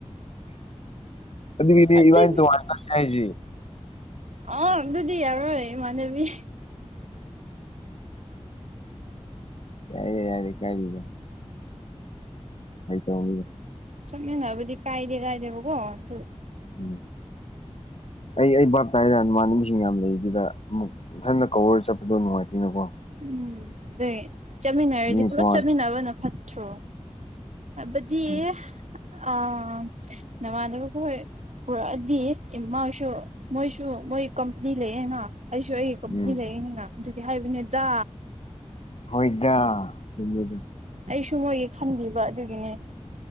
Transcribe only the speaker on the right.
ꯑꯗꯨ
ꯑ ꯑꯗꯨꯗꯤ ꯌꯥꯔꯣꯏ ꯃꯅꯦꯕꯤ
ꯆꯃꯦꯅꯕꯨꯗꯤ ꯀꯥꯏꯗꯦ ꯀꯥꯏꯗꯦꯕ ꯀꯣ ꯑꯗꯨ
ꯎꯝ ꯑꯗꯨꯩ ꯆꯠꯃꯤꯟꯅꯔꯗꯤ
ꯄꯨꯂꯞ
ꯆꯠꯃꯤꯟꯅꯕꯅ ꯐꯠꯇ꯭ꯔꯣ ꯕꯗꯤ
ꯑꯥ ꯅꯃꯥꯟꯅꯕꯕꯨ ꯍꯣꯏ ꯄꯨꯔꯛꯑꯗꯤ ꯏꯃꯣꯏꯁꯨ ꯃꯣꯏꯁꯨ ꯃꯣꯏ ꯀꯝꯄꯅꯤ ꯂꯩꯌꯦꯦꯅ ꯑꯩꯁꯨ ꯑꯩꯒꯤ ꯀꯝꯄꯅꯤ
ꯂꯩꯅꯤꯅ ꯑꯗꯨꯒꯤ ꯍꯥꯏꯕꯅꯦꯗ
ꯑꯩꯁꯨ ꯃꯣꯏꯒꯤ ꯈꯟꯕꯤꯕ ꯑꯗꯨꯒꯤꯅꯦ